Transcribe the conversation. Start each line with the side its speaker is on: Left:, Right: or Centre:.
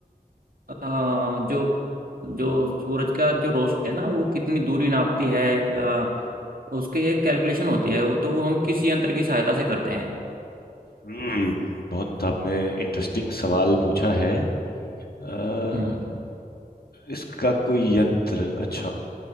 Right: अ, जो जो सूरज का जो रोशनी है ना वो कितनी दूरी नापती है अ, उसकी एक कैलकुलेशन होती है वो तो वो हम किस यंत्र की सहायता से करते हैं
Left: हम्म बहुत आपने इंटरेस्टिंग सवाल पूछा है अ,
Right: हम्म
Left: इसका कोई यंत्र अच्छा